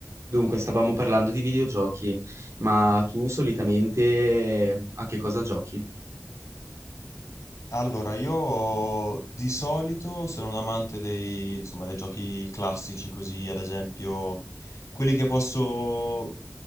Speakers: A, on the right (about 75°); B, on the left (about 85°).
A: Dunque, stavamo parlando di videogiochi, ma tu solitamente eh, a che cosa giochi?
B: Allora, io di solito sono un amante dei, insomma, dei giochi classici, così ad esempio quelli che posso